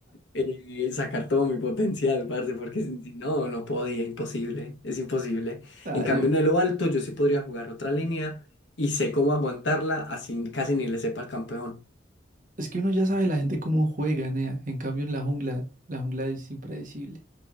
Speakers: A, on the left (about 70°); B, on the right (about 45°).
A: eh, sacar todo mi potencial, parce, porque si si no, no podía, imposible, es imposible.
B: Ah,
A: En cambio,
B: yo-
A: en lo alto yo sí podría jugar otra línea y sé cómo aguantarla, así casi ni le sepa al campeón.
B: Es que uno ya sabe la gente cómo juega, nea. En cambio, en la jungla, la jungla es impredecible.